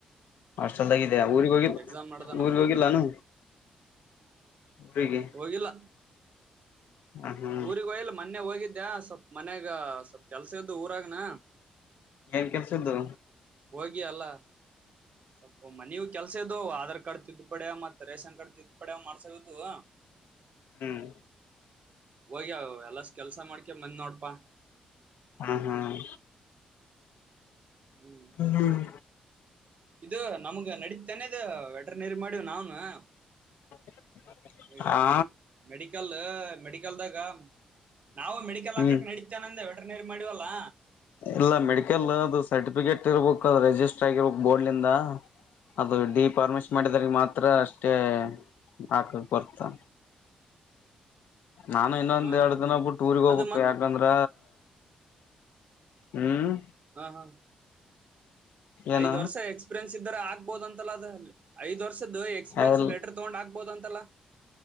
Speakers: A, on the left; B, on the right.
A: ಅಷ್ಟ ಸಲ್ದಾಗ ಇದ್ಯಾ ಊಗ್ ಹೋಗಿಲ್ಲ
B: ಎಕ್ಸಾಮ್ ನಡ್ದ ನಮ್ಮವು
A: ಊರ್ಗ್ ಹೋಗಿಲ್ಲಾನು ಊರಿಗೆ
B: ಹೋಗಿಲ್ಲ
A: ಹ ಹಾ
B: ಊರಿಗೆಗ ಹೋಯಲ್ ಮೊನ್ನೆ ಹೋಗಿದ್ದ ಇದ್ಯಾ ಸ್ವಲ್ಪ್ ಮನ್ಯಾಗ ಸ್ವಲ್ಪ್ ಕೆಲ್ಸ ಇದದ್ದು ಊರಾಗನ
A: ಎ ಕೆಲಸೆದು
B: ಹ ಅಲ್ಲ ಸ್ವಲ್ಪ ಮನವು ಕೆಲ್ಸದು ಅದರ್ ಶಂಕರ್ ತಿದ್ದು ಪಡ ಮಾಡ್ತಾರೆ ರೇಷನ್ ಕರ್ದು ತಿದ್ದು ಪಡೇ ಮಾಡ್ಸಿದುವ
A: ಹ್ಮ್.
B: ಹೋಗಿ ಎಲ್ಲ ಕೆಲ್ಸ ಮಾಡ್ಕೊಂಡು ಬಂದೆ ನೋಡಪ್ಪಾ.
A: ಹ್ಮ್ ಹ್ಮ್.
B: ಹ್ಮ್
A: ಹ್ಮ್.
B: ಇದು ನಮ್ಗ ನಡೀ ವೆಟರ್ನರಿ ಮಾಡಿವಿ ನಾವು. ಹಾ.
A: <unintelligible>
B: ಈಗ
A: ಆ
B: ಮೆಡಿಕಲ ಅ ಮೇಡಿಕಲ್ದಾಗ. ನಾವು ಮೆಡಲ್ ಹಾಕಕ್ಕ
A: ಹ್ಮ್
B: ನಡೆಯುತ್ತೇನೆ ಅಂದೆ. ವೆಟರ್ನರಿ ಮಾಡಿವಲ್ಲಾ.
A: ಇಲ್ಲ ಮೆಡಿಕಲ್ ಅದು ಸರ್ಟಿಫಿಕೇಟ್ ಇರ್ಬೇಕು ಅದು ರರಿಜಿಸ್ಟರ್ ಆಗಿರ್ಬೇಕು ಬೋರ್ಡ್ನಂದ ಅದು ಡಿ ಪರ್ಮಿಶ್ ಮಾಡಿದ್ರ ಮಾತ್ರ ಅಷ್ಟೇ ಹಾಕಕ್ಕೇ ಬರ್ತದ ನಾನು ಇನ್ನೊಂದ್
B: ಹ್ಮ್
A: ಎರಡ್
B: ಹ್ಮ್ ಹ್ಮ್
A: ದಿನಬ್ಬಟ್ಟು ಊರಿಗೆ ಹೋಗ್ಬೇಕು
B: ಅದು
A: ಯಾಕಂದ್ರ ಹ್ಮ್
B: ಹಾ ಹಾ
A: ಏನ
B: ಐ್ ವರ್ಷ ಎಕ್ಸ್ಪೀರಿಯನ್ಸ್ ಇದರೆ ಆಗ್ಬಹುದು ಅಂತಲ್ಲ ಅ ಐ್ ವರ್ಷ ದ ಎಕ್ಸ್ಪ್ರೆನ್ಸ್
A: ಎಲ್
B: ಲಲೆಟರ್ ತಗೊಂಡ ಆಗ್ ಹಬೋದಂತಲ್ಲ